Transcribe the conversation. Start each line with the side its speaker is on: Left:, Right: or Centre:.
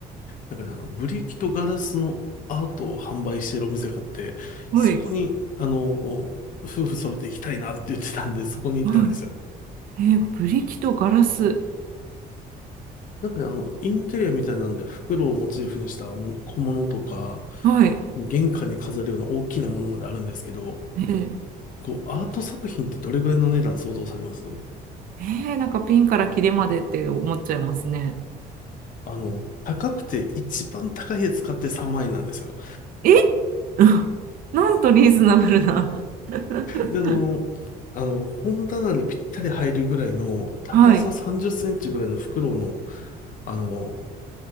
Left: なんかね、あの、ブリキとガラスのアートを販売しているお店があって、
Right: はい。
Left: そこに、あの、夫婦揃って行きたいなって言ってたんで、そこに行ったんですよ。
Right: はい。ええ、ブリキとガラス。
Left: なんかね、あの、インテリアみたいなんで、袋をモチーフにしたも小物とか、
Right: はい。
Left: もう玄関に飾るような大きなものまであるんですけど、
Right: ええ。
Left: こう、アート作品ってどれぐらいの値段想像されます
Right: えー、なんかピンからキリまでって思っちゃいますね。
Left: あの、高くて一番高いやつ買って3万円なんですよ。
Right: え <laughs> なんとリーズナブルな。<laughs>
Left: で、あの、あの、本棚にぴったり入るぐらいの、高さ30センチぐらいの袋の、
Right: はい。
Left: あの、